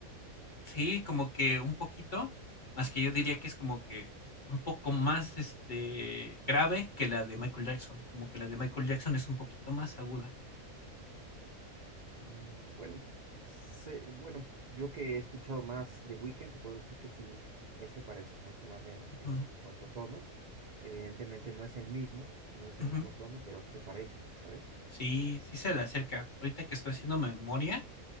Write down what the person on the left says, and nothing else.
Sí, como que un poquito, más que yo diría que es como que un poco más, este, grave que la de Michael Jackson, como que la de Michael Jackson es un poquito más aguda.
Ujú,
ujú.
Sí, sí se le acerca. Ahorita que estoy haciendo memoria,